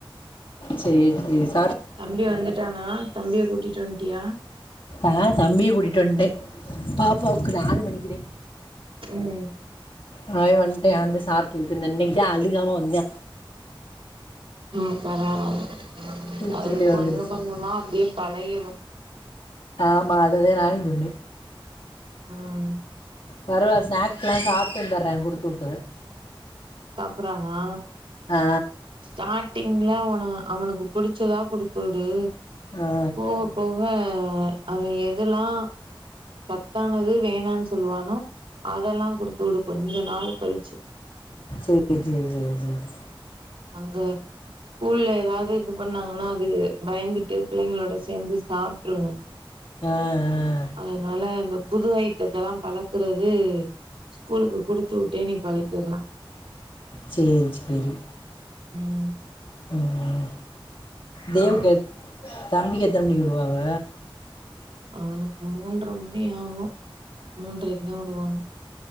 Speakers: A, on the left; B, on the right.
A: செரி செரி
B: தம்பி வந்துட்டானா? தம்பிய கூட்டிட்டு வன்ட்டியா?
A: ஆ தம்பிய கூட்டிட்டு வன்டே பாப்பாவுக்கு நாலு மணிக்குதே
B: ம்
A: அவ வன்ட்டே வந்து சாப் ட்டுக்கிட்ருந்தா இன்னக்கிதா அழுகாம வந்தா
B: ம் பரவால்ல
A: சிரிச்சுக்கிட்டே
B: அது கொஞ்ச
A: வந்துடுச்சு
B: கொஞ்சமா அப்டியே பழகிரு
A: ஆமா அதுதா நானுஞ் சொன்னே
B: ம்
A: பரவால்ல ஸ்நாக்ஸ் எல்லா சாப்ட்டு வந்துர்றா குடுத்து உட்டத
B: சாப்பட்றானா?
A: ஆ
B: ஸ்டார்ட்டிங்ல அவனு அவனுக்கு புடிச்சதா குடுத்து விடு
A: ஆ
B: போக போக ஆ அவ எதல்லா சத்தானது வேணான்னு சொல்வானோ அதெல்லா குடுத்து விடு கொஞ்ச நாள் கழிச்சு
A: சேரி சேரி சேரி சேரி சே
B: து ஸ்கூல்ல ஏதாவது இது பண்ணாங்கன்னா அது பயந்துட்டு பிள்ளைங்களோட சேந்து சாப்ட்ருங்க
A: ஆ ஆ
B: அதனால அந்த புது ஐட்டத்த எல்லாம் பழக்குறது ஸ்கூலுக்கு குடுத்து விட்டே நீ பழக்கிறலா
A: சேரி சேரி
B: ம்
A: ம்
B: அப்றோ
A: தேவுக்கு எத் தம்பிக்கு எத்தன மணிக்கு விடுவாங்க?
B: அவனுக்கு மூன்ற மணி ஆகு மூன்றைக்குதா உடுவாங்க